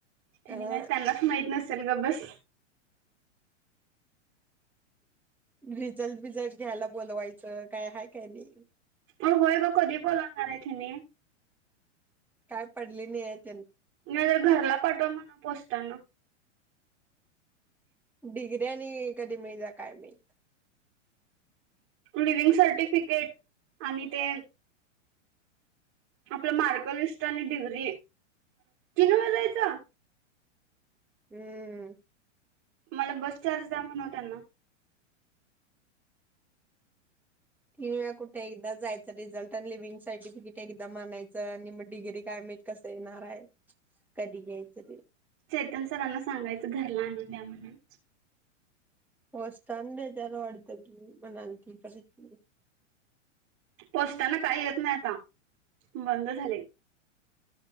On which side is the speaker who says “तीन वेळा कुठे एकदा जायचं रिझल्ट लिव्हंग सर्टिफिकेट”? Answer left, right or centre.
Centre